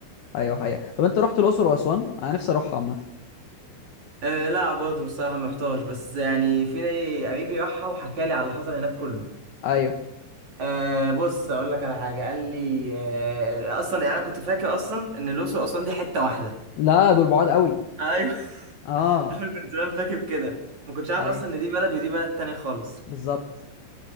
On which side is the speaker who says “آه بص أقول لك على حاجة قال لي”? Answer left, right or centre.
Right